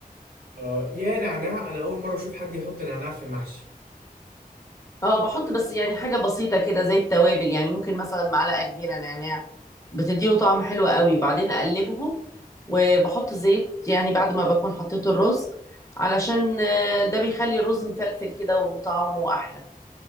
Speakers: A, on the right; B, on the left.
A: آه يا نعناع انا اول مره اشوف حد يحط نعناع في المحشي
B: اه بحط بس يعني حاجة بسيطة كده زي التوابل يعني ممكن مثلا معلقة كبيرة نعناع بتديله طعم حلو قوي وبعدين اقلبهم وبحط زيت يعني بعد ما بكون حطيت الرز علشان آه، ده بيخلي الرز مفلفل كده وطعمه احلى